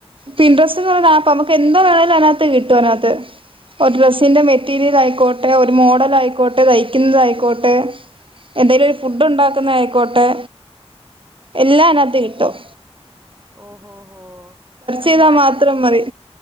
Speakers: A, on the right (about 55°); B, on the right (about 20°).
A: പിൻഡ്ര <unintelligible> ആപ്പാ നമുക്ക് എന്തോ വേണേലും അയ്നാത്ത് കിട്ടും അയ്നാത്ത് ഒരു ഡ്രസ്സിന്റെ മെറ്റീരിയലായിക്കോട്ടെ ഒരു മോഡലായിക്കോട്ടെ തയ്ക്കുന്നതായിക്കോട്ടെ എന്തെലും ഒരു ഫുഡ് ഉണ്ടാക്കുന്നായിക്കോട്ടെ എല്ലായ്നാത്ത്കിട്ടും
B: ഓഹോ ഹോ അപ്പൊ
A: ചെയ്താ
B: ഞാനാണെ
A: മാത്രം
B: ഇതിന്
A: മതി